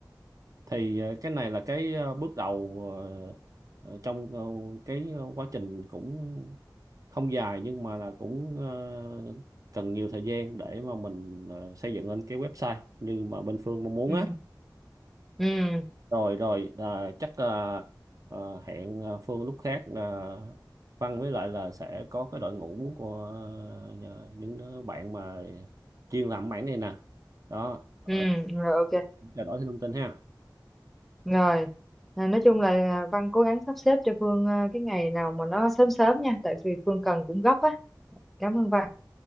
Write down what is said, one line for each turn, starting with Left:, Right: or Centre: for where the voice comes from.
Right: thì ờ, cái này là cái ờ, bước đầu ờ, ờ, trong ờ, cái ờ, quá trình cũng không dài nhưng mà là cũng ờ, cần nhiều thời gian để mà mình ờ, xây dựng lên cái website như mà bên Phương mong muốn
Centre: ừ
Right: á
Centre: ừ
Right: rồi rồi à, chắc à, à, hẹn à, Phương lúc khác à, Văn với lại là sẽ có cái đội ngũ của à, nhờ- những đứa bạn mà chuyên làm mảng này nè đó ờ,
Centre: ừ rồi ok
Right: trao đổi thêm thông tin ha
Centre: rồi à, nói chung là ờ, Văn cố gắng sắp xếp cho Phương eh, cái ngày nào mà nó sớm sớm nha tại vì Phương cần cũng gấp á cảm ơn Văn